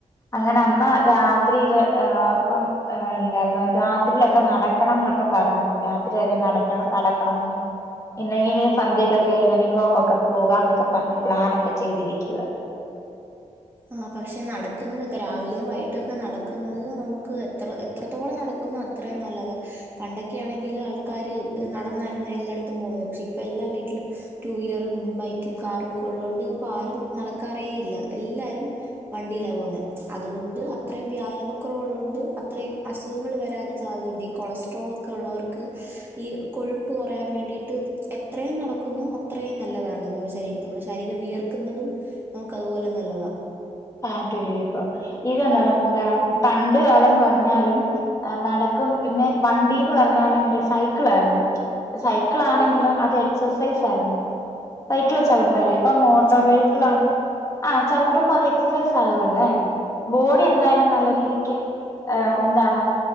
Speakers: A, on the left; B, on the right.
A: അങ്ങനെ
B: ഓഹോ.
A: അമ്മ രാ രാത്രിയില് ഇപ്പം എന്തായിരുന്നു രാത്രിയിലൊക്കെ നടക്കണം എന്നൊക്കെ പറഞ്ഞു. രാത്രിയൊക്കെ നടക്കണം നടക്കണെന്നും പിന്നെങ്ങനെ സന്ധ്യക്കൊക്കെ ഈവനിങ് വോക്ക് ഒക്കെ പോകാ എന്നൊക്കെ പറഞ്ഞ് പ്ലാനൊക്കെ ചെയ്തിരിക്കുവാ.
B: ആ പക്ഷെ നടക്കുന്നതൊക്കെ രാവിലെയും വൈകിട്ടൊക്കെ നടക്കുന്നത് നമുക്ക് എത്ര എത്രത്തോളം നടക്കുന്ന അത്രയും നല്ലതാ പണ്ടൊക്കെയാണെങ്കിൽ ആൾക്കാര് നടനാരുന്നും എല്ലായിടത്തും പോകുന്നത് പക്ഷെ ഇപ്പ എല്ലാ വീട്ടിലും ടു വീലറും ബൈക്കും കാറും ഒക്കെ ഉള്ളതോണ്ട് ഇപ്പ ആരും നടക്കാറേ ഇല്ല എല്ലാര രും വണ്ടിയില പോകുന്നെ അതുകൊണ്ട് അത്രയും വ്യായാമ കുറവ് ഉള്ളതു കൊണ്ട് അത്രയും അസുഖങ്ങൾ വരാനും സാധ്യത ഉ ണ്ട്. ഈ കൊളസ്ട്രോൾ ഒക്കെ ഉള്ളവർക്ക് ഈ കൊഴുപ്പ് കൊ റയാൻ വേണ്ടിയിട്ട് എത്രയും നടക്കുന്നു അത്രയും നല്ലതാണ് നമ്മുടെ ശരീരം നമ്മുടെ ശരീരം വിയർക്കുന്നതും നമുക്ക് അതുപോലെ നല്ലതാണ്.
A: ആറ്റുരു ഇപ്പ ഇതണ്ടല്ലോ നമ്മുടെ പണ്ട് കാലം എന്ന് പറഞ്ഞാലും നടക്കും പിന്നെ വണ്ടിന്ന് പറഞ്ഞാലും മറ്റേ സൈക്കിള ആയിരുന്നു സൈക്കിൾ ആണെങ്കിലും അത് എക്സസൈസ് ആയിരുന്നു സൈക്കിള് ചവിട്ടുല്ലോ. ഇപ്പൊ മോട്ടോർ
B: ചവിട്ടുക
A: വെഹിക്കിൾ ആണ് ആ ചവിട്ടുമ്പോ അത് ചാവുകല്ലേ. ബോഡി എന്തായാലും നല്ല രീതിക്ക് എന്താണ്